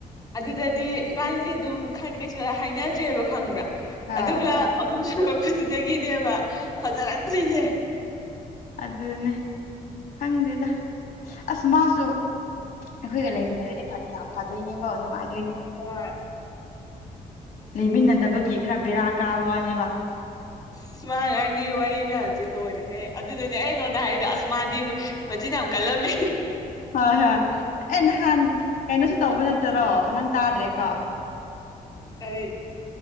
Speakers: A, on the left; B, on the left.
A: ꯑꯗꯨꯗꯗꯤ ꯏꯕꯥꯅꯤꯁꯦ ꯑꯗꯨꯝ ꯈ ꯀꯩꯁꯨ ꯍꯥꯏꯅꯗ꯭ꯔꯦꯕ ꯈꯪꯕ꯭ꯔꯥ
B: ꯍꯣꯏ
A: ꯑꯗꯨꯒ ꯑꯍꯨꯝ ꯁꯨꯔꯛꯄꯗꯨꯗꯒꯤꯅꯦꯕ ꯐꯖꯔꯛꯇ꯭ꯣꯏꯅꯦꯦ
B: ꯑꯗꯨꯗꯅꯦ ꯍꯪꯗꯦꯗ ꯑꯁ ꯃꯥꯁ ꯁꯨ ꯑꯩꯈꯣꯏꯒ ꯂꯩꯃꯤꯟꯅꯔꯗꯤ ꯌꯥꯝ ꯐꯗꯣꯏꯅꯦꯀꯣ ꯅꯨꯡꯉꯥꯏ
A: ꯍ
B: ꯂꯩꯃꯤꯟꯅꯗꯕꯒꯤ ꯈꯔ ꯕꯦꯔꯥ ꯀꯥꯕ ꯋꯥꯅꯦꯕ
A: ꯑꯁꯃꯥꯉꯥꯟꯗꯤ ꯋꯥꯔꯤ ꯃꯌꯥꯝꯁꯤ ꯂꯣꯏꯔꯦꯍꯦ ꯑꯗꯨꯗꯗꯤ ꯑꯩ ꯅꯉꯣꯟꯗ ꯍꯥꯏꯔꯤꯗꯣ ꯑꯁꯃꯥꯗꯤ ꯃꯆꯤꯟ ꯌꯥꯝ ꯍꯂꯂꯝ ꯃ
B: ꯍꯣꯏ ꯍꯣꯏ ꯑꯦ ꯅꯍꯥꯟ ꯀꯩꯅꯣꯁꯨ ꯇꯧꯕ ꯅꯠꯇꯔꯣ ꯅꯪ ꯇꯥꯗ꯭ꯔꯦꯀꯣ
A: ꯇꯔꯤ